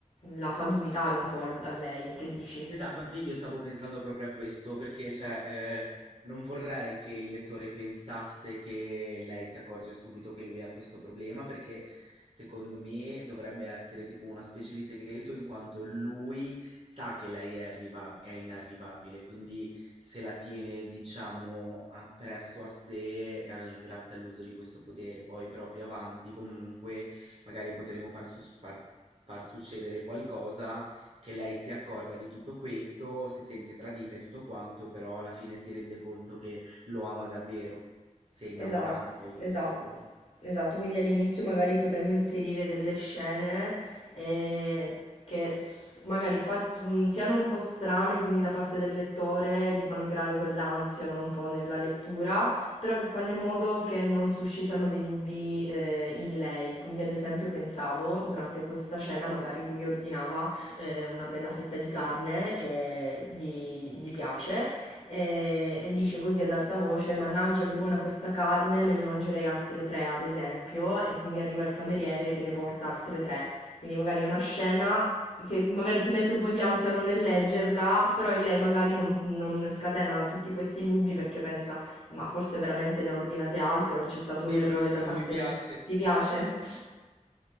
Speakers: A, on the left (about 50°); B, on the right (about 55°).
A: la fa dubitare un po' a, l- a lei, che dici?
B: Esatto, anche io stavo pensando proprio a questo, perché cioè, eh, non vorrei che il lettore pensasse che lei si accorge subito che lui ha questo problema, perché secondo me dovrebbe essere tipo una specie di segreto in quanto lui sa che lei è arrivab- è inarrivabile, quindi se la tiene, diciamo, appresso a sé al- grazie all'uso di questo potere. Poi però più avanti comunque magari potremo far, sus- far far succedere qualcosa che lei si accorga di tutto questo, si sente tradita e tutto quanto, però alla fine si rende conto che lo ama davvero. Si è innamorata
A: Esatto,
B: poi di
A: esatto,
B: questo uomo.
A: esatto. Quindi all'inizio magari potremmo inserire delle scene eh, che s- magari fa- s- siano un po' strane, quindi da parte del lettore gli fanno creare quell'ansia, no, Un po' nella lettura, però che fanno in modo che non suscitano dei dubbi eh, in lei. Quindi ad esempio pensavo, durante questa scena magari lui ordinava eh, una bella fetta di carne che gli gli- gli piace e, e dice così ad alta voce: Mannaggia, che buona questa carne, me ne mangerei altre tre, ad esempio. E quindi arriva il cameriere che ne porta altre tre. Quindi magari è una scena che magari ti mette un po' di ansia non nel leggerla, però in lei magari non, non scatena tutti questi dubbi perché pensa, ma forse veramente ne ha ordinate altre o c'è stato un
B: Bellissimo,
A: errore da parte...
B: mi piace.
A: Ti piace?